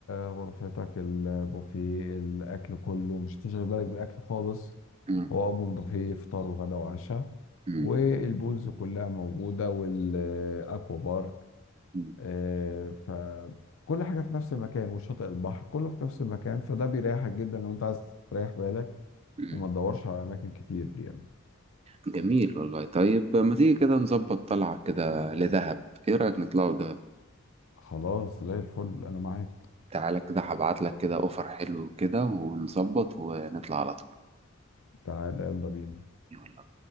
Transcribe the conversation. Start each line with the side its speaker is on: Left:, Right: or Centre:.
Left: غرفتك البوفيه الأكل كله مش هتشغل بالك بالأكل خالص
Right: مم.
Left: هو أوبن بوفيه فطار وغدا وعشاء
Right: مم.
Left: والبولز كلها موجودة والأكوا بارك
Right: مم.
Left: إيه، فكل حاجة في نفس المكان وشاطئ البحر كله في نفس المكان فده بيريحك جدا لو أنت عايز تريح بالك
Right: مم.
Left: وما تدورش على أماكن كتير يعني
Right: جميل والله طيب ما تيجي كده نظبط طلعه كده لدهب ايه رايك نطلعوا دهب
Left: خلاص زي الفل أنا معاك
Right: تعالى كده هبعت لك كده اوفر حلو كده ونظبط ونطلع على طول
Left: تعالى يلا بينا
Right: يلا